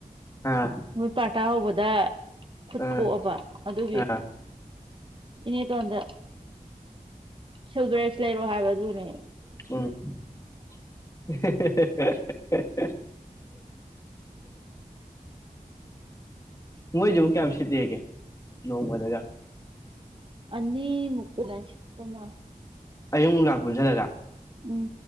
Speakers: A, on the left (about 20°); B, on the right (about 35°).
A: ꯑꯥ
B: ꯃꯣꯏ ꯄꯥꯔꯇꯥ ꯍꯧꯕꯗ ꯈꯨꯠ
A: ꯑꯥ
B: ꯄꯣꯛꯑꯕ ꯑꯗꯨꯒꯤ
A: ꯑꯥ
B: ꯏꯅꯦꯇꯣꯟꯗ ꯁꯗ꯭ꯔꯦꯛꯁ ꯂꯩꯔꯣ ꯍꯥꯏꯕꯗꯨꯅꯦ
A: ꯎꯝ ꯃꯣꯏꯗꯨꯕꯨ ꯀꯌꯥꯝ ꯁꯤꯠꯂꯦꯒꯦ ꯅꯣꯡꯃꯗꯒ
B: ꯑꯅꯤ ꯃꯨꯛꯇꯅꯦ ꯄꯨꯟꯅ
A: ꯑꯌꯨꯛ ꯅꯨꯡꯗꯥꯡ ꯄꯨꯟꯁꯤꯜꯂꯒ
B: ꯎꯝ